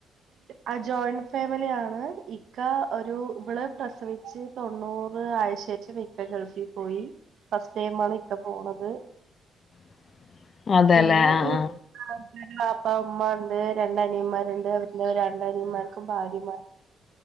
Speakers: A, on the right; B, on the left.
A: ആ ജോയിന്റ് ഫാമിലിയാണ് ഇക്കാ ഒരു ഇവള് പ്രസവിച്ച് ആയ ശേഷം ഇക്ക ഗൾഫിൽ പോയി ഫസ്റ്റ് ടൈമാണ് ഇക്ക പോണത്
B: <inaudible> അതെല്ലേ
A: പിന്നെ ഇവിടെ
B: ആ
A: വാപ്പ ഉമ്മയുണ്ട് രണ്ട് അനിയന്മാരുണ്ട് അവർക്ക് രണ്ടനിയന്മാർക്കും ഭാര്യമാർ